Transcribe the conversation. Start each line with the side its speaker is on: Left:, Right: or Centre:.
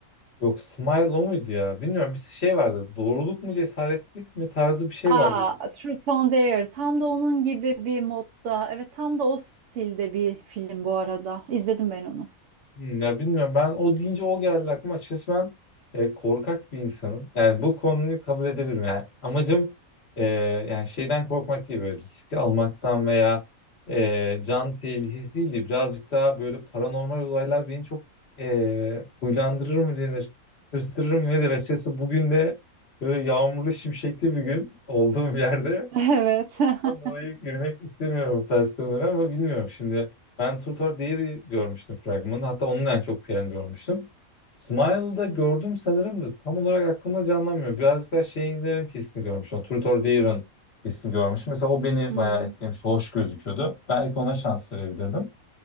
Left: yok Smile o muydu ya? Bilmiyorum bir şey vardı. Doğruluk mu cesaretlik mi tarzı bir şey
Right: Aa,
Left: vardı.
Right: Truth or Dare. Tam da onun gibi bir modda. Evet, tam da o stilde bir film bu arada. İzledim ben onu.
Left: Hmm, Ya bilmiyorum ben o deyince o geldi aklıma. Açıkçası ben e, korkak bir insanım. Yani bu konuyu kabul edebilirim. Yani amacım e, yani şeyden korkmak değil böyle riski almaktan veya e, can tehlikesi değil de birazcık daha böyle paranormal olaylar beni çok e, huylandırır mı denir, hırstırır mı nedir? Açıkçası bugün de böyle yağmurlu şimşekli bir gün olduğum yerde
Right: <laughs> Evet. <laughs>
Left: Ondan dolayı girmek istemiyorum bu tarz konulara ama bilmiyorum şimdi. Ben Turtor Diary görmüştüm fragmanı. Hatta onun en çok piyanı görmüştüm. Smile'da gördüm sanırım da tam olarak aklımda canlanmıyor. Birazcık daha şeylerin hissini görmüşüm. O Tutor Dear'ın hissini görmüşüm. Mesela o beni
Right: Hmm.
Left: bayağı etkilemiş. Hoş gözüküyordu. Belki ona şans verebilirdim.